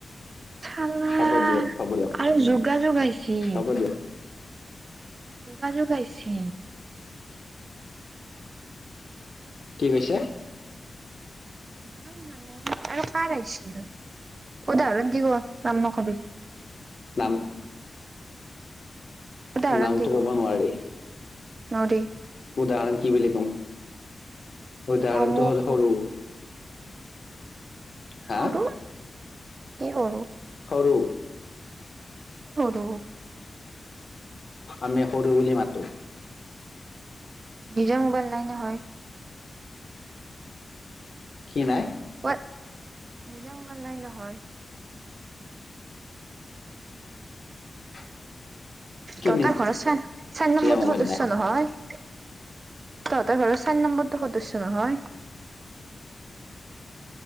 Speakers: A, on the right (about 50°); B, on the left (about 50°).
A: খালা
B: হ'ব দিয়ক হ'ব দিয়ক
A: আৰু যোগা যোগ আহিছি।
B: হ'ব দিয়ক
A: যোগা যোগ আইছি।
B: কি কৈছে?
A: কাম মানে আৰু কাৰ আহিছিল। উদাহৰণ দি ক'ৰ নাম নকবি।
B: নাম
A: উদাহৰণ
B: নামটো
A: দি
B: ক'ব
A: ক'ৰ
B: নোৱাৰি
A: নোৱাৰি।
B: উদাহৰণ কি বুলি ক'ম, উদাহৰণটো
A: অমুক
B: হ'ল সৰু হা
A: সৰু, কি সৰু?
B: সৰু
A: কি সৰু?
B: আমি সৰু বুলি মাতোঁ।
A: নিজৰ মোবাইল নাই নহয়।
B: কি নাই?
A: ঐ নিজা মোবাইল নাই নহয়।
B: <unintelligible> কি
A: তহঁতৰ ঘৰৰ চাৰি
B: নিজা
A: নম্বৰটো
B: মোবাইল
A: সদস্য
B: নাই
A: নহয়। তহঁতৰ ঘৰৰ চাৰি নম্বৰটো সদস্য নহয়।